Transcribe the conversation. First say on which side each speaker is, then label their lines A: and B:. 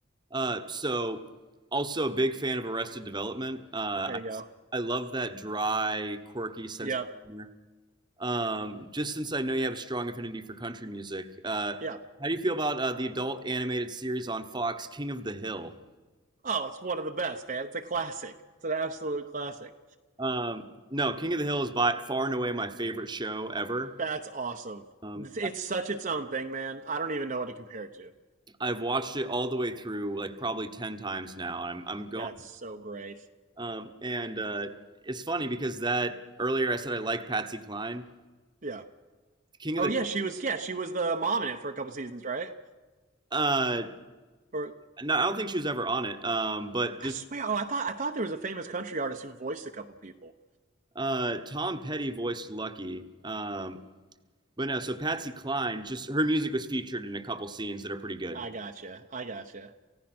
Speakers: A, on the right; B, on the right.
A: Uh, so also a big fan of Arrested Development. Uh,
B: There
A: I,
B: you go.
A: I love that dry, quirky sense
B: Yep.
A: of humor. Um, just since I know you have a strong affinity for country music, uh,
B: Yep.
A: how do you feel about uh, the adult animated series on Fox, King of the Hill?
B: Oh, it's one of the best, man. It's a classic. It's an absolute classic.
A: Um, no, King of the Hill is by far and away my favorite show ever.
B: That's awesome.
A: Um,
B: It's, it's such its own thing, man. I don't even know what to compare it to.
A: I've watched it all the way through, like probably ten times now. I'm I'm going,
B: That's so great.
A: um, and uh, it's funny because that earlier I said I like Patsy Cline,
B: Yeah.
A: King
B: Oh
A: of the.
B: yeah, she was. Yeah, she was the mom in it for a couple seasons, right?
A: Uh,
B: Or
A: no, I don't think she was ever on it. Um, but just
B: I swear. Oh, I thought I thought there was a famous country artist who voiced a couple people.
A: uh, Tom Petty voiced Lucky. Um, but no, so Patsy Cline, just her music was featured in a couple scenes that are pretty good.
B: I gotcha. I gotcha.